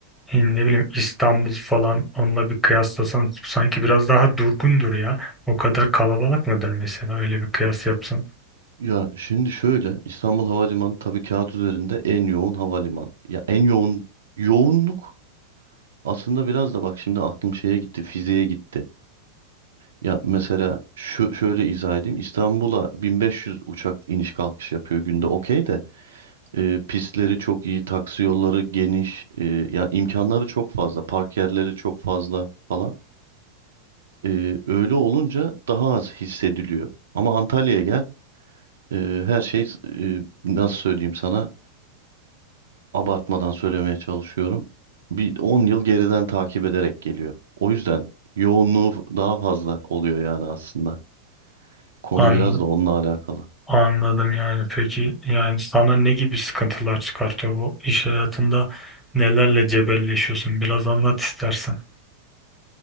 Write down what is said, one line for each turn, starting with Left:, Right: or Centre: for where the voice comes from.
Centre: e, ne bileyim İstanbul falan onunla bir kıyaslasan sanki biraz daha durgundur ya. O kadar kalabalık mıdır mesela öyle bir kıyas yapsan?
Right: Ya şimdi şöyle İstanbul Havalimanı tabii kağıt üzerinde en yoğun havaliman. Ya en yoğun yoğunluk aslında biraz da bak şimdi aklım şeye gitti, fiziğe gitti. Ya mesela şu şöyle izah edeyim. İstanbul'a 1500 uçak iniş kalkış yapıyor günde. Okey de e, pistleri çok iyi, taksi yolları geniş, e, yani imkanları çok fazla, park yerleri çok fazla falan. E, öyle olunca daha az hissediliyor. Ama Antalya'ya gel, e, her şey e, nasıl söyleyeyim sana abartmadan söylemeye çalışıyorum. Bir 10 yıl geriden takip ederek geliyor. O yüzden yoğunluğu daha fazla oluyor yani aslında. Konu
Centre: An
Right: biraz da onunla alakalı.
Centre: Anladım yani. Peki yani sana ne gibi sıkıntılar çıkartıyor bu iş hayatında? Nelerle cebelleşiyorsun? Biraz anlat istersen.